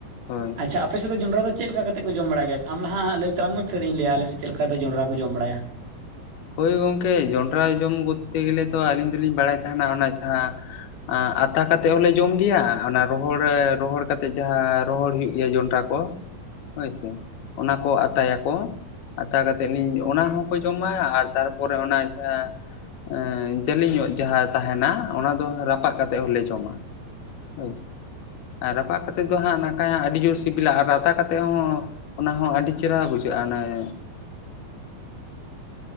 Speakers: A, on the left; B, on the right.
A: ᱦᱳᱭ
B: ᱟᱪᱪᱷᱟ ᱟᱯᱮ ᱥᱮᱫ ᱡᱚᱸᱰᱨᱟ ᱫᱚ ᱪᱮᱫ ᱞᱮᱠᱟ ᱠᱟᱛᱮ ᱠᱚ ᱡᱚᱢ ᱵᱟᱲᱟᱭ ᱜᱮᱭᱟ? ᱟᱢ ᱞᱟᱦᱟᱜ ᱦᱟᱸᱜ ᱞᱟᱹᱭ ᱛᱟᱞᱟᱝ ᱢᱮ ᱯᱷᱤᱨ ᱤᱧ ᱞᱟᱹᱭᱟ ᱟᱞᱮ ᱥᱮᱫ ᱪᱮᱫ ᱞᱮᱠᱟ ᱠᱟᱛᱮ ᱡᱚᱸᱰᱨᱟ ᱠᱚ ᱡᱚᱢ ᱵᱟᱲᱟᱭᱟ
A: ᱦᱳᱭ ᱜᱚᱢᱠᱮ ᱡᱚᱸᱰᱨᱟ ᱡᱚᱢ ᱠᱚᱨᱛᱮ ᱜᱮᱞᱮ ᱫᱚ ᱟᱹᱞᱤᱧ ᱫᱚᱞᱤᱧ ᱵᱟᱲᱟᱭ ᱛᱟᱦᱮᱸᱱᱟ ᱚᱱᱟ ᱡᱟᱦᱟᱸ ᱟᱛᱟ ᱠᱟᱛᱮ ᱦᱚᱸᱞᱮ ᱡᱚᱢ ᱜᱮᱭᱟ ᱚᱱᱟ ᱨᱚᱦᱚᱲ ᱨᱚᱦᱚᱲ ᱠᱟᱛᱮ ᱡᱟᱦᱟᱸ ᱨᱚᱦᱚᱲ ᱦᱩᱭᱩᱜ ᱜᱮᱭᱟ ᱡᱚᱸᱰᱨᱟ ᱠᱚ ᱦᱳᱭ ᱥᱮ ᱚᱱᱟ ᱠᱚ ᱟᱛᱟᱭᱟ ᱠᱚ᱾ ᱟᱛᱟ ᱠᱟᱛᱮ ᱞᱤᱧ ᱚᱱᱟ ᱦᱚᱸᱠᱚ ᱡᱚᱢᱟ ᱟᱨ ᱛᱟᱨᱯᱚᱨᱮ ᱚᱱᱟ ᱡᱟᱦᱟᱸᱼᱼ ᱮᱸ ᱡᱟᱹᱞᱤᱧ ᱧᱚᱜ ᱡᱟᱦᱟᱸ ᱛᱟᱦᱮᱱᱟ ᱚᱱᱟ ᱫᱚ ᱨᱟᱯᱟᱜ ᱠᱟᱛᱮ ᱦᱚᱸᱞᱮ ᱡᱚᱢᱟ᱾ ᱦᱳᱭ ᱥᱮ ᱟᱨ ᱨᱟᱯᱟᱜ ᱠᱟᱛᱮ ᱫᱚ ᱦᱟᱸᱜ ᱱᱟᱝᱠᱟᱭ ᱦᱟᱸᱜ ᱟᱹᱰᱤ ᱡᱳᱨ ᱥᱤᱵᱤᱞᱟ ᱟᱨ ᱟᱛᱟ ᱠᱟᱛᱮ ᱦᱚᱸᱼᱼ ᱚᱱᱟ ᱦᱚᱸ ᱟᱹᱰᱤ ᱪᱮᱦᱨᱟ ᱵᱩᱡᱷᱟᱹᱜ-ᱟ ᱚᱱᱟ ᱦᱮᱸ